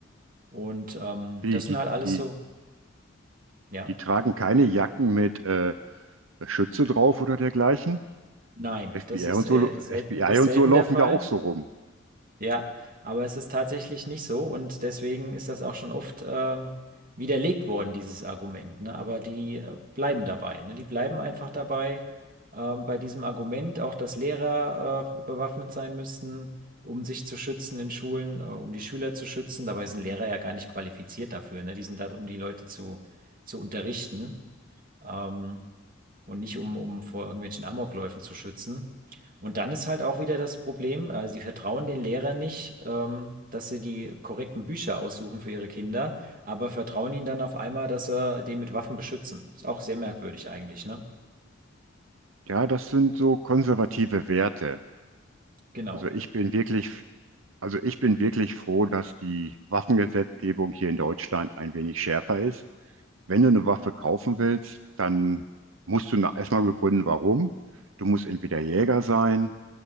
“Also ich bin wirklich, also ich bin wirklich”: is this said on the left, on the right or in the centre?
Right